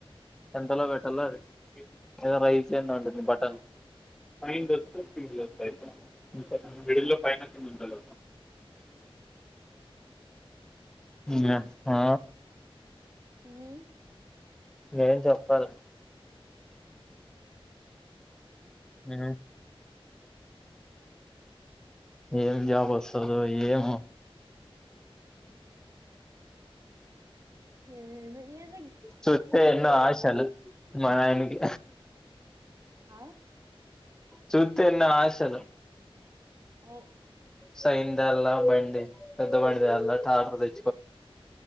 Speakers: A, in the centre; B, on the right.
A: ఎంతలో పెట్టాల అది ఏదో రైస్ అన్న ఉంటుంది బటన్ పైన దొరికితే కింద దొరుకుతది మిడిల్ లో పైనా కింద ఉండదు ఉమ్ ఆ
B: ఉమ్
A: ఏం చెప్పాల ఉమ్ ఏం జాబ్ వస్సదో ఏమో
B: ఏది ఎద్
A: చెప్పే ఎన్నో ఆశలు మా నాయనకి
B: ఆ
A: చెప్తే ఎన్నో ఆశలూ
B: అవ్
A: సైంద అలా బండి పెద్ద బండి దాల్లా టాటర్